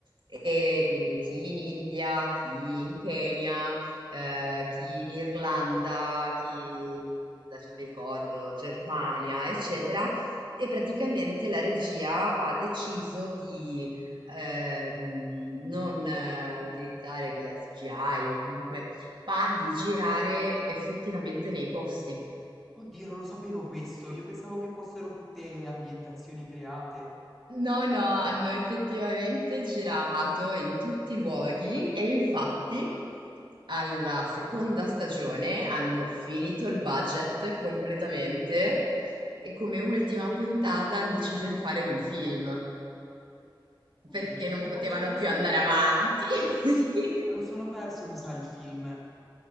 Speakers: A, on the right (about 70°); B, in the centre.
A: e quindi chi in India, chi in Kenya, eh, chi in Irlanda, chi in- adesso non mi ricordo, Germania, eccetera, e praticamente la regia ha deciso di ehm, non eh, utilizzare cos'è, CGI o comunque, ma di girare effettivamente nei posti.
B: Oddio, non lo sapevo questo, io pensavo che fossero tutte ambientazioni create.
A: No, no, hanno effettivamente girato in tutti i luoghi e infatti alla seconda stagione hanno finito il budget completamente e come ultima puntata hanno deciso di fare un film
B: Oddio,
A: perché
B: sai
A: non
B: che forse
A: potevano
B: me lo
A: più
B: sono
A: andare
B: perso.
A: avanti. <laughs>
B: Me lo sono perso, mi sa, il film.